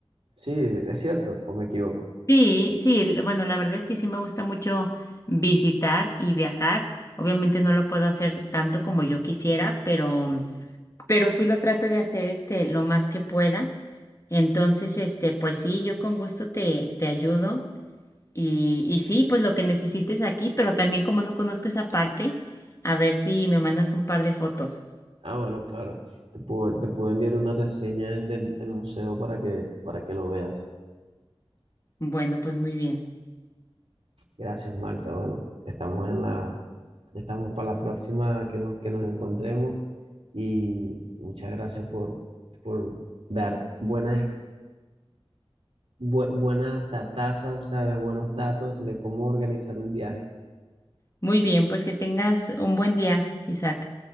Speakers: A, on the right (about 75°); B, on the left (about 30°).
A: sí, es cierto, o me equivoco.
B: Sí, sí, l- bueno, la verdad es que sí me gusta mucho visitar y viajar. Obviamente no lo puedo hacer tanto como yo quisiera, pero pero sí lo trato de hacer este lo más que pueda. Entonces, este, pues sí, yo con gusto te, te ayudo y, y sí, pues lo que necesites aquí, pero también como no conozco esa parte, a ver si me mandas un par de fotos.
A: Ah, bueno, claro. Te puedo, te puedo enviar una reseña del, del museo para que, para que lo veas.
B: Bueno, pues muy bien.
A: Gracias, Marta. Bueno, estamos en la, estamos para la próxima que nos, que nos encontremos. Y muchas gracias por, por dar buenas bue- buenas datazas, o sea, de buenos datos de cómo organizar un viaje.
B: Muy bien, pues que tengas un buen día, Isaac.